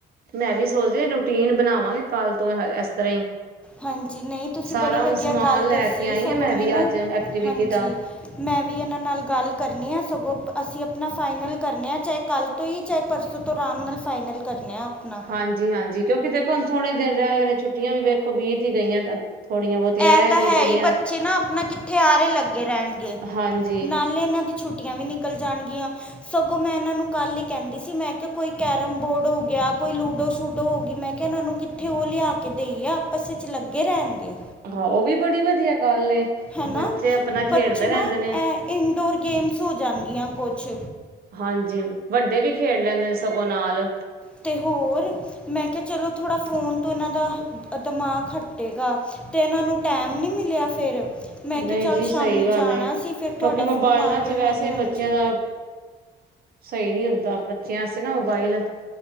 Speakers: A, on the right; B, in the centre.
A: ਮੈਂ ਵੀ ਸੋਚਦੀਆ, ਰੂਟੀਨ ਬਣਾਵਾਂਗੇ ਕੱਲ ਤੋਂ ਇਸ ਤਰ੍ਹਾਂ ਹੀ।
B: ਹਾਂਜੀ, ਨਹੀਂ ਤੁਸੀਂ
A: ਸਾਰਾ
B: ਬੜੀ
A: ਹੁਣ
B: ਵਧੀਆ,
A: ਸਮਾਨ
B: ਗੱਲ
A: ਲੈ
B: ਦੱਸੀਏ
A: ਕੇ ਆਈ
B: ਸਗੋਂ
A: ਆ ਮੈਂ ਵੀ
B: ਮੈਨੂੰ
A: ਅੱਜ ਐਕਟੀਵਿਟੀ
B: ਹਾਂਜੀ।
A: ਦਾ
B: ਮੈਂ ਵੀ ਇਹਨਾਂ ਨਾਲ ਗੱਲ ਕਰਨੀ ਆ, ਸਗੋਂ ਅਸੀਂ ਆਪਣਾ ਫਾਈਨਲ ਕਰਨੇ ਆ ਚਾਹੇ ਕੱਲ ਤੁ ਹੀ, ਚਾਹੇ ਪਰਸੋਂ ਤੋਂ ਆਰਾਮ ਨਾਲ ਫਾਈਨਲ ਕਰਨੇ ਆ ਆਪਣਾ।
A: ਹਾਂਜੀ-ਹਾਂਜੀ। ਕਿਉਂਕਿ ਦੇਖੋ ਹੁਣ ਥੋੜੇ ਦਿਨ ਰਹਿ ਗਏ ਨੇ, ਛੁੱਟੀਆਂ ਵੀ ਵੇਖੋ ਬੀਤ ਹੀ ਗਈਆਂ। ਤਾਂ ਥੋੜੀਆਂ ਬਹੁਤੀਆਂ
B: ਇਹ
A: ਰਹਿ
B: ਤਾਂ
A: ਗਈਆਂ
B: ਹੈ,
A: ਜਿਹੜੀਆਂ
B: ਹੀ‌, ਬੱਚੇ ਨਾ ਆਪਣਾ ਕਿੱਥੇ ਆਹਰੇ ਲੱਗੇ ਰਹਿਣਗੇ।
A: ਹਾਂਜੀ
B: ਨਾਲੇ ਇਹਨਾਂ ਦੀ ਛੁੱਟੀ ਏ ਵੀ ਨਿਕਲ ਜਾਣਗੀਆਂ। ਸਗੋਂ ਮੈਂ ਇਹਨਾਂ ਨੂੰ ਕੱਲ ਹੀ ਕਹਿੰਦੀ ਸੀ, ਮੈਂ ਕਿਹਾ ਕੋਈ ਕੈਰਮ- ਬੋਰਡ ਹੋ ਗਿਆ, ਕੋਈ ਲੂਡੋ- ਸ਼ੂਡੋ ਹੋ ਗਈ। ਮੈਂ ਕਿਨਾਂ ਨੂੰ ਕਿੱਥੇ ਉਹ ਲਿਆ ਕੇ ਦੇਈਏ, ਆਪਸ ਵਿੱਚ ਲੱਗੇ ਰਹਿਣਗੇ।
A: ਹਾਂ, ਉਹ ਵੀ ਬੜੀ ਵਧੀਆ ਗੱਲ ਏ।
B: ਹੈ ਨਾ,
A: ਬੱਚੇ ਆਪਣਾ
B: ਬੱਚੇ
A: ਖੇਡਦੇ ਰਹਿੰਦੇ
B: ਨਾ
A: ਨੇ
B: ਐ ਇਨਡੋਰ ਗੇਮਸ ਹੋ ਜਾਣਗੀਆਂ ਕੁਛ।
A: ਹਾਂਜੀ, ਵੱਡੇ ਵੀ ਖੇਡ ਲੈਂਦੇ। ਸਗੋਂ ਨਾਲ।
B: ਅਤੇ ਹੋਰ ਮੈਂ ਕਿਹਾ, ਚਲੋ ਥੋੜ੍ਹਾ ਫ਼ੋਨ ਤੋਂ ਇਹਨਾਂ ਦਾ ਦਿਮਾਗ ਹੱਟੇਗਾ। ਤੇ ਇਹਨਾਂ ਨੂੰ ਟੈਮ ਨੀ ਮਿਲਿਆ ਫਿਰ? ਮੈਂ ਕਿਹਾ
A: ਨਹੀਂ
B: ਚੱਲ
A: ਜੀ, ਸਹੀ
B: ਸ਼ਾਮੀ
A: ਗੱਲ
B: ਜਾਣਾ
A: ਏ।
B: ਸੀ ਫਿਰ
A: ਕਿਉਂਕਿ
B: ਤੁਹਾਡਾ
A: ਮੋਬਾਇਲਾਂ
B: ਫੋਨ ਆ
A: ਚ
B: ਗਿਆ
A: ਵੈਸੇ
B: ਹੁਣ
A: ਬੱਚਿਆਂ
B: ਹਾਂਜੀ
A: ਦਾ ਸਹੀ ਨਹੀਂ ਹੁੰਦਾ, ਬੱਚਿਆਂ ਵਸਤੇ ਨਾ ਮੋਬਾਈਲ।